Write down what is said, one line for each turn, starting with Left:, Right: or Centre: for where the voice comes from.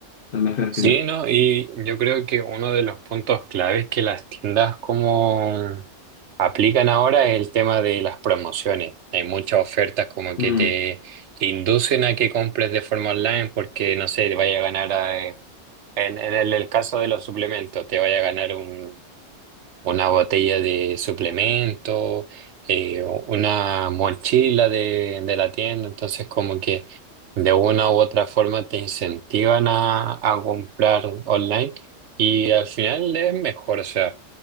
Left: las mejores
Right: Sí,
Left: tiendas.
Right: ¿no? Y yo creo que uno de los puntos claves que las tiendas como aplican ahora es el tema de las promociones. Hay muchas ofertas como
Left: Mm,
Right: que te inducen a que compres de forma online porque, no sé, te vaya a ganar, eh, en, en el, el caso de los suplementos, te vaya a ganar un, una botella de suplemento, eh, o una mochila de, de la tienda. Entonces, como que de una u otra forma te incentivan a, a comprar online y al final es mejor. O sea,